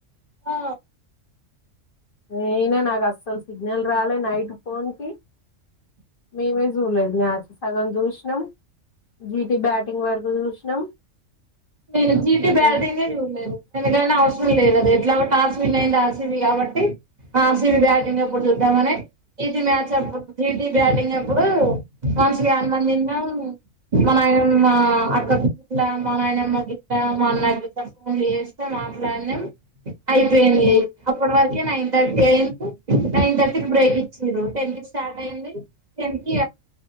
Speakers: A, on the right; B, on the left.
A: ఆ
B: నేనా నాకు అస్సలు సిగ్నల్ రాలేదు నైట్ ఫోన్ కి, మేమే చూడలేదు మ్యాచ్ సగం చూసినాం జీటి బ్యాటింగ్ వరకు చూసినాం
A: నేను జీటి బ్యాటింగ్
B: ఏ
A: గే చూడలేదు, ఎందుకంటే అవసర అసం లేదుది ఎట్లాగా టాస్ విన్ అయింది ఆర్ సి బి కాబట్టి, ఆర్ సీబీ బ్యాటింగ్ అప్పుడు చూద్దామనే జీటి మ్యాచ్ అప్పు జేతే బ్యాటింగ్ అప్పుడు మంచిగా అన్నం తిన్నాం మా నాయనమ్మ అక్క కు గిట్ల మనయనం అమ్మ మా అన్న గిట్ల ఫోన్ చేస్తే మాట్లాడినాం అయిపోయింది
B: ఊ
A: అప్పటి వరకు ఇగ నైన్ థర్టీ అయిన్ నైన్ థర్టీ కి
B: ఊ
A: బ్రేక్ ఇచినృ, టెన్ కి స్టార్ట్ అయింది టెన్ కి